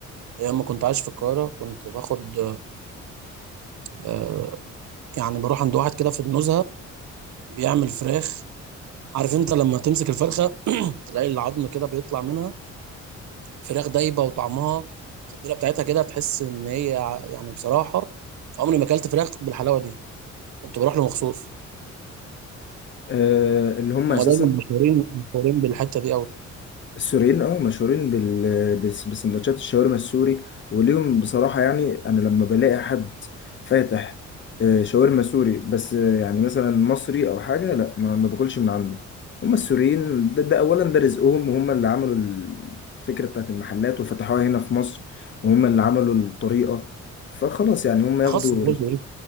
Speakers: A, on the right; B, on the left.
A: ايام ما كنت عايش في القاهره كنت باخد آه، يعني بروح عند واحد كده في النزهه بيعمل فراخ عارف انت لما تمسك الفرخه تلاقي العظم كده بيطلع منها فراخ دايبه وطعمها التتبيله بتاعتها كده تحس ان هي ع- يعني بصراحه عمري ما اكلت فراخ بالحلاوه دي كنت بروح له مخصوص
B: آه، اللي هم
A: هم
B: اساسا
A: دايما مشهورين مشهورين بالحته دي قوي
B: السوريين اه مشهورين بال بس- بسندوتشات الشاورما السوري وليهم بصراحه يعني انا لما بلاقي حد فاتح آه، شاورما سوري بس آه، يعني مثلا مصري او حاجه لا ما ما باكلش من عنده هم السوريين ده, ده اولا ده رزقهم وهم اللي عملوا الفكره بتاعت المحلات وفتحوها هنا في مصر وهم اللي عملوا الطريقه فخلاص يعني هم ياخدوا
A: تخصص برضه
B: رزق